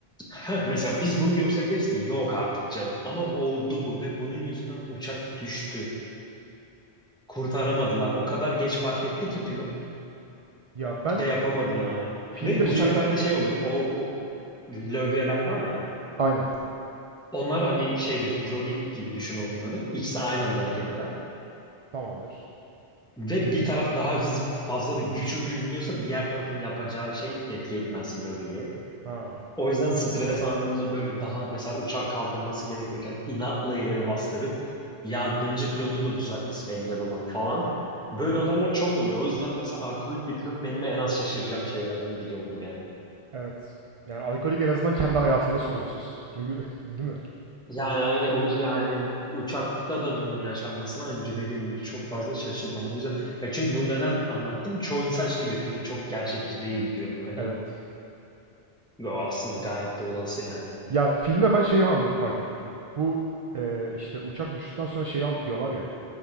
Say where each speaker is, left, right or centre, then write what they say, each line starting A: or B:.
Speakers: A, in the centre; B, on the right (about 40°).
A: Heh, mesela biz bunu görsek deriz ki yok artık canım ama oldu bu ve bunun yüzünden uçak düştü. Kurtaramadılar. O kadar geç fark etti ki pilot
B: Ya ben
A: şey yapamadı yani.
B: filmde
A: Ve uçaklarda
B: şeyi
A: şey olur o, o lövyeler var ya
B: aynen
A: onlar hani şeydir hidrolik gibi düşün onları. İkisi aynı anda hareket eder.
B: tamamdır.
A: Ve bir taraf daha hız fazla bir güç uyguluyorsa diğer tarafın yapacağı şey etki etmez lövyeye.
B: Ha
A: O yüzden stres anında böyle daha mesela uçağı kaldırması gerekirken inatla ileri bastırıp yardımcı pilotun da düzeltmesine engel olan falan. Böyle olaylar çok oluyor. O yüzden mesela alkolik bir pilot benim en az şaşıracağım şeylerden biri olur yani.
B: evet. Yani alkolik en azından kendi hayatında sorumsuz. Çünkü <laughs> değil mi?
A: Yani aynı o- yani uçakta da bunun yaşanmasına aynı dediğim gibi çok fazla
B: Evet.
A: şaşırmam. O yüzden ya çünkü bu neden anlattım? Çoğu insan şey diyor film çok gerçekçi değil diyor. Hani
B: Evet.
A: yo aslında gayet de olası yani.
B: Ya filmde ben şeyi anlık fark ettim. Bu e, işte uçak düştükten sonra şeyi an- diyorlar ya.